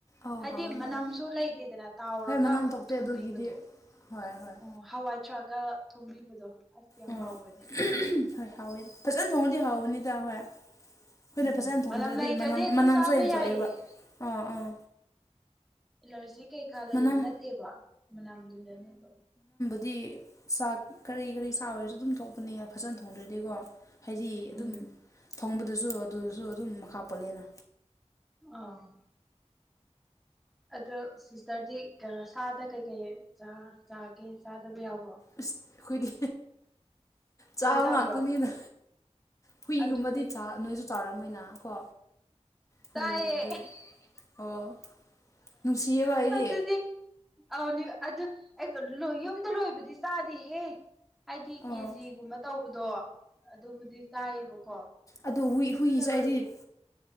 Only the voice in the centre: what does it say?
ꯍꯥꯏꯗꯤ
ꯃꯅꯝꯁꯨ
ꯂꯩꯇꯦꯗꯅ ꯇꯥꯎꯔꯒ
ꯑꯃꯨꯛ
ꯊꯣꯡꯕꯤꯕꯗꯣ
ꯑꯣ ꯍꯋꯥꯏꯊꯔꯥꯛꯒ ꯊꯣꯡꯕꯤꯕꯗꯣ ꯑꯁ ꯌꯥꯝ
ꯍꯥꯎꯕꯅꯦ
ꯎꯝ
ꯂꯩꯇ꯭ꯔꯗꯤ
ꯑꯗꯨꯝ
ꯆꯥꯕ
ꯌꯥꯏꯌꯦ
ꯑꯦꯂꯔꯖꯤ ꯀꯩꯀꯥ ꯂꯩꯕ
ꯅꯠꯇꯦꯕ ꯃꯅꯝꯗꯨꯗꯅꯦꯕ
ꯎꯝ
ꯑ ꯑꯗ ꯁꯤꯁꯇꯔꯗꯤ ꯁꯥꯗ ꯀꯩꯀꯩ ꯆꯥꯒꯦ ꯆꯥꯗꯕ ꯌꯥꯎ
ꯂꯣꯏ ꯆꯥꯕ꯭ꯔꯣ
ꯑꯗꯨꯅꯦ
ꯆꯥꯏꯌꯦ
ꯑꯗꯨ ꯑꯗꯨꯗꯤ ꯑꯅꯤ ꯑꯗꯨ ꯑꯗꯨ ꯑꯩ ꯌꯨꯝꯗ ꯂꯣꯏꯕꯗꯤ ꯆꯥꯗꯦꯍꯦ ꯍꯥꯏꯗꯤ
ꯀꯦꯖꯤꯒꯨꯝꯕ ꯇꯧꯕꯗꯣ ꯑꯗꯨꯕꯨꯗꯤ ꯆꯥꯏꯌꯦꯕꯀꯣ
ꯌꯨꯝꯗ
ꯂꯣꯏꯕꯒꯨꯝ